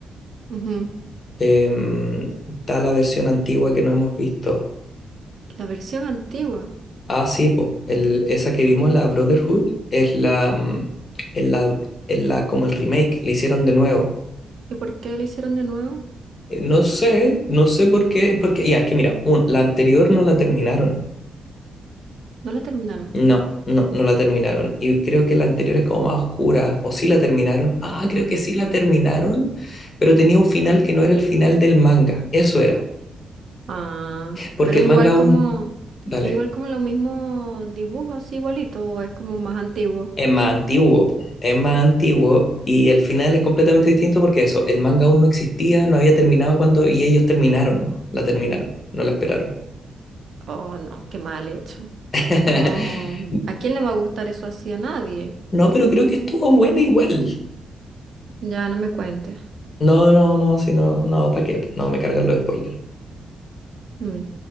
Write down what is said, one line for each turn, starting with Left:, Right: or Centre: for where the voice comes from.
Right: Ujú.
Left: em, está la versión antigua que no hemos visto.
Right: La versión antigua.
Left: Ah, sí, pues, el, esa que vimos, la Brotherhood, es la,
Right: Ajá.
Left: mm, es la, es la, como el remake, le hicieron de nuevo.
Right: ¿Y por qué la hicieron de nuevo?
Left: Eh, No sé, no sé por qué, porque, ya, es que mira, un- la anterior no la terminaron.
Right: No la terminaron.
Left: No, no, no la terminaron. Y creo que la anterior es como más oscura. O sí la terminaron. Ah, creo que sí la terminaron, pero tenía un final que no era el final del manga. Eso era.
Right: Ah,
Left: Porque
Right: pero
Left: el
Right: es
Left: manga
Right: igual
Left: aún,
Right: como,
Left: dale,
Right: es igual como lo mismo dibujo, así igualito, o es como más antiguo.
Left: es más antiguo. po. Es más antiguo y el final es completamente distinto porque eso, el manga aún no existía, no había terminado cuando, y ellos terminaron nomás. La terminaron, no la esperaron.
Right: Oh, no, qué mal hecho.
Left: <laughs>
Right: No, ¿a quién le va a gustar eso así? A nadie.
Left: No, pero creo que estuvo buena igual.
Right: Ya no me cuentes.
Left: No, no, no, si no, no, ¿para qué? No, me cargan los spoilers.
Right: Mm.